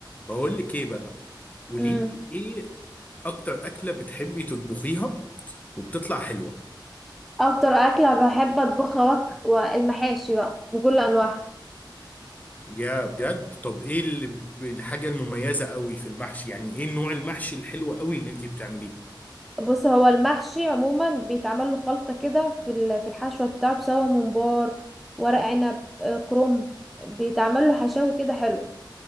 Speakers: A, on the left (about 20°); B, in the centre.
A: بقول لك ايه بقى قولي
B: امم
A: لي ايه اكتر اكله بتحبي تطبخيها وبتطلع حلوه
B: اكتر اكله بحب اطبخها وك... والمحاشي بقى بكل انواعها
A: يا بجد طب ايه اللي ب- الحاجه المميزه قوي في المحشي يعني ايه نوع المحشي الحلو قوي اللي انت بتعمليه
B: بص هو المحشي عموما بيتعمل له خلطه كده في ال- في الحشوه بتاعته سواء ممبار ورق عنب آه، كرنب بيتعمل له حشاوي كده حلو